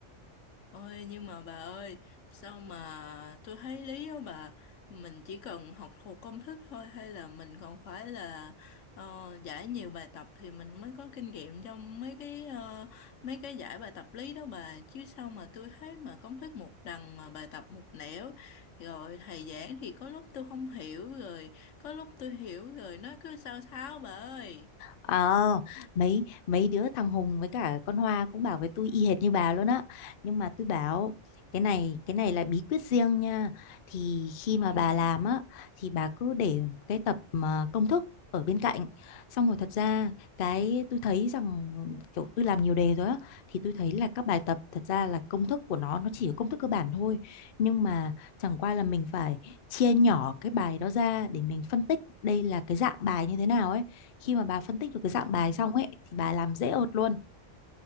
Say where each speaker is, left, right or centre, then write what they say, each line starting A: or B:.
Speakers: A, on the left; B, on the left.
A: Ôi nhưng mà bà ơi sao mà tôi thấy lý đó bà mình chỉ cần học thuộc công thức thôi hay là mình còn phải là ờ, giải nhiều bài tập thì mình mới có kinh nghiệm trong mấy cái ờ, mấy cái giải bài tập lý đó bà chứ sao mà tôi thấy mà công thức một đằng mà bài tập một nẻo rồi thầy giảng thì có lúc tôi không hiểu rồi có lúc tôi hiểu rồi nó cứ sao tháo bà ơi
B: Ờ, mấy mấy đứa thằng Hùng với cả con Hoa cũng bảo với tôi y hệt như bà luôn á. Nhưng mà tôi bảo cái này cái này là bí quyết riêng nha. Thì khi
A: ừ
B: mà bà làm á thì bà cứ để cái tập mà công thức ở bên cạnh. Xong rồi thật ra cái tôi thấy rằng kiểu tôi làm nhiều đề rồi á thì tôi thấy là các bài tập thật ra là công thức của nó nó chỉ có công thức cơ bản thôi. Nhưng mà Chẳng qua là mình phải chia nhỏ cái bài đó ra để mình phân tích đây là cái dạng bài như thế nào ấy. Khi mà bà phân tích được cái dạng bài
A: Ừ.
B: xong ấy thì bà làm dễ ợt luôn.